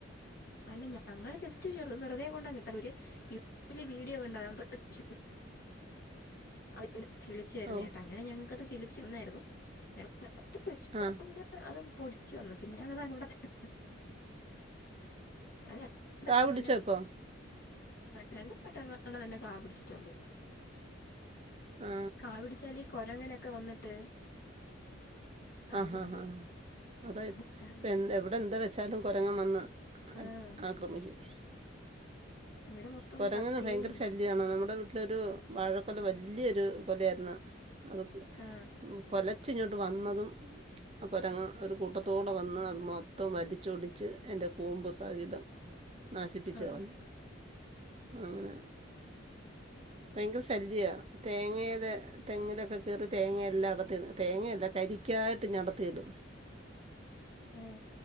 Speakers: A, on the left; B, on the right.
A: അല്ല ഞങ്ങള് ജസ്റ്റ് ചെറു വെറുതെ കൊണ്ടങ്ങിട്ടതാ <unintelligible> ഒരു യൂട്യൂബില് വീഡിയോ കണ്ടതാ <unintelligible> അത് കിളിച്ചു വരുന്ന
B: ഓ
A: കേട്ടാ അങ്ങനെ ഞങ്ങക്കത് കിളിച്ചു വന്നായിരുന്നു <unintelligible> വെച്ച
B: ആ
A: പിന്നെ അത് പൊടിിച്ചു വന്നു പിന്നെ <unintelligible> <inaudible> അത് <inaudible>
B: കാ പിടിച്ചോ ഇപ്പോൾ
A: രണ്ട് വട്ടങ്ങാണ്ടേ അതിനു കാപിടിച്ചിട്ടുള്ളു
B: ആ
A: കാപിടിച്ചാലി കൊരങ്ങനൊക്കെ വന്നിട്ട് അത്
B: ആ
A: കൊണ്ടുപോകും
B: ആ ആ അതാ ഇപ്പെന്ത്
A: അത് കിട്ടാറില്ല
B: എവിടെ എന്താ വെച്ചാലും കുരങ്ങൻ വന്ന് ന്ന്‌
A: ആ
B: ആക്രമിക്കും. <unintelligible>
A: ഇവിടെ മൊത്തം
B: കൊരങ്ങന്
A: ചക്കയും
B: ഭയങ്കര ശല്ല്യാണ് നമ്മുടെ വീട്ടിലൊരു വാഴക്കൊല വല്ല്യ ഒരു കൊലയായിരുന്നു അത്
A: ആഹ്
B: കൊലച്ചിങ്ങോട്ട് വന്നതും ആ കുരങ്ങ ഒരു കൂട്ടത്തോടെ വന്ന് അത് മൊത്തം വലിച്ചൊടിച്ച് അയിൻ്റെ കൂമ്പ് സഹിതം നശിപ്പിച്ചു
A: ആഹ്
B: കളഞ്ഞു. അങ്ങനെ ഭയങ്കര ശല്ല്യാ തേങ്ങയില് തെങ്ങിലൊക്കെ കേറി തേങ്ങയെല്ലാം അടത്തിടും, തേങ്ങയല്ല കരി ക്കായിട്ടിങ്ങടത്തിയിടും. <unintelligible>
A: ഉം